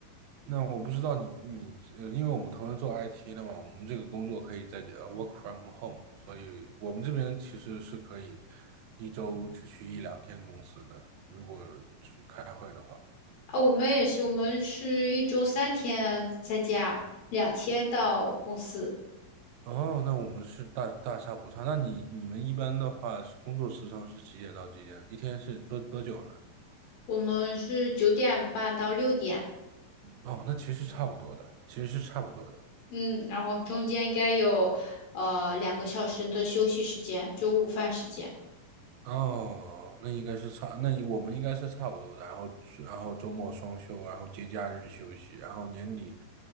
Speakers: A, on the right; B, on the left.
A: 那我不知道你你呃，因为我们同时做 IT 的嘛，我们这个工作可以在呃 work from home，所以我们这边其实是可以一周只去一两天公司的，如果开会的话。
B: 啊。我们也是，我们是一周三天在家，两天到公司。
A: 哦，那我们是大大差不差。那你你们一般的话是工作时长是几点到几点？一天是多多久呢？
B: 我们是九点半到六点，
A: 哦，那其实差不多的，其实是差不多的。
B: 嗯，然后中间应该有呃两个小时的休息时间，就午饭时间。
A: 哦，那应该是差，那你我们应该是差不多的。然后，然后周末双休，然后节假日休息，然后年底